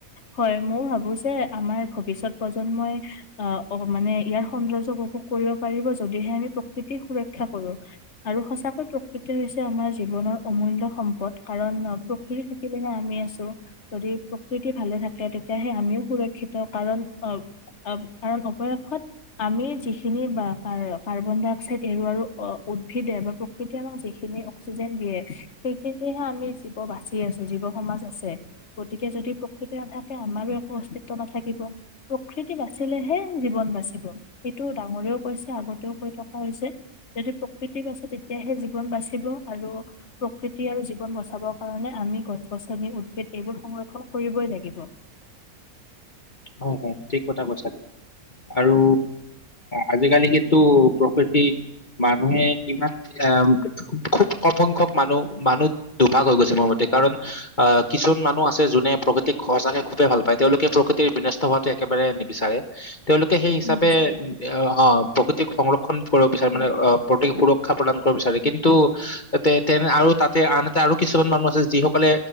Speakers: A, on the left (about 50°); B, on the left (about 35°).
A: হয় মই ভাবো যে আমাৰ ভৱিষ্যত প্ৰজন্মই আহ অ মানে ইয়াৰ সৌন্দৰ্য উপভোগ কৰিব পাৰিব যদিহে আমি প্ৰকৃতি সুৰক্ষা কৰো আৰু সঁচাকৈ প্ৰকৃতি হৈছে আমাৰ জীৱনৰ অমূল্য সম্পদ কাৰণ মাটি লে আমি আছো ন যদি প্ৰকৃতি ভালে থাকে। তেতিয়াহে আমিও সুৰক্ষিত কাৰণ অ কাৰণ অৱশেষত আমি যিখিনি বা কাৰ্বন ডাই অক্সাইড এৰুৱাৰো উদ্ভিদে বা প্ৰকৃতি আমাক যিখিনি অক্সিজেন দিয়ে সেইখিনিহে আমি জীৱ বাচি আছো জীৱ সমাজ আছে গতিকে যদি প্ৰকৃতি নাথাকে আমাৰো একো অস্তিত্ব নাথাকিব প্ৰকৃতি বাচিলেহে জীৱন বাচিব সেইটো ডাঙৰেও কৈছে আগতেও কৈ থকা হৈছে যদি প্ৰকৃতি বাচে তেতিয়াহে জীৱন বাচিব আৰু প্ৰকৃতি আৰু জীৱন বচাবৰ কাৰণে আমি গছ গছনি উদ্ভিদ এইবোৰ সংৰক্ষণ কৰিবই লাগিব
B: হয় হয় ঠিক কথা কৈছা আৰু আজিকালি কিন্তু প্ৰকৃতি মানুহে ইমান আহ খুব কম সংখ্যক মানুহ মানুহ দুভাগ হৈ গৈছে মোৰ মতে কাৰণ আহ কিছুমান মানুহ আছে যোনে প্ৰকৃতিক সচাকে খুবেই ভাল পায় তেওঁলোকে প্ৰকৃ টি বিলাক হোৱাটো একেবাৰে নিবিচাৰে তেওঁলোকে সেই হিচাপে
A: নিবিচাৰে
B: অ প্ৰক সংৰ ন কৰিব বিচাৰে
A: উম
B: মানে অ প্ৰকৃতি সুৰক্ষ শিক্ষা প্ৰদান কৰিব বিচাৰে কিন্তু তেনে আৰু তাত তে আনহতে আৰু কিছুমান মানুহ আছে যিসকলে